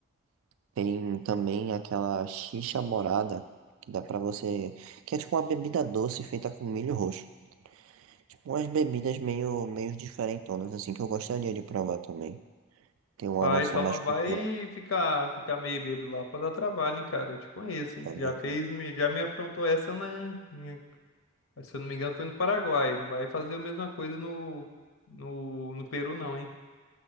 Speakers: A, on the right; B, on the left.
A: Tem também aquela xixa morada, que dá pra você. Que é tipo uma bebida doce feita com milho roxo. Tipo umas bebidas meio, meio diferentonas, assim, que eu gostaria de provar também. Tem uma
B: Vai,
A: noção
B: só
A: mais
B: não
A: cultural,
B: vai ficar, ficar meio bêbado lá pra dar trabalho, hein, cara. Eu te conheço, hein?
A: tá vendo?
B: Já fez, me- já me aprontou essa na, em- se eu não me engano, foi no Paraguai. Não vai fazer a mesma coisa no, no, no Peru, não, hein?